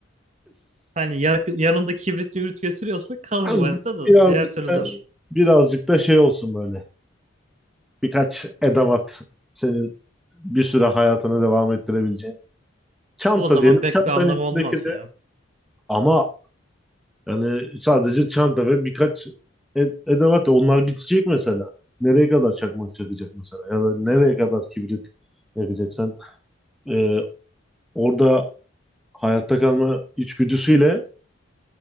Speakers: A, on the right; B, in the centre.
A: Hani yakın, yanında kibrit mübrit götürüyorsa kalır
B: Yani
A: bu hayatta
B: bi-
A: da
B: birazcık
A: diğer türlü
B: da
A: zor.
B: birazcık da şey olsun böyle. Birkaç edavat senin bir süre hayatını devam ettirebileceğin. Çanta
A: O zaman
B: diyelim.
A: pek
B: Çantanın
A: bir anlamı
B: içindeki
A: olmaz
B: de
A: ya.
B: ama yani sadece çanta ve birkaç e- edevat. Onlar bitecek mesela. Nereye kadar çakmak çakacak mesela? Ya da nereye kadar kibrit yakacak? Sen e, orada hayatta kalma içgüdüsüyle